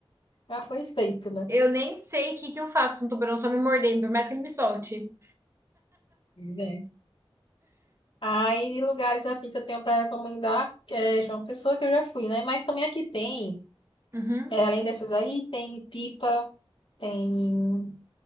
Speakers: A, on the left; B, on the right.
A: já foi feito, né?
B: Eu nem sei o que que eu faço se um tubarão só me morder, por mais que ele me solte.
A: Pois é. Aí, de lugares assim que eu tenho para recomendar, é João Pessoa, que eu já fui, né? Mas também aqui tem,
B: Uhum.
A: é, além dessas aí, tem Pipa, Tem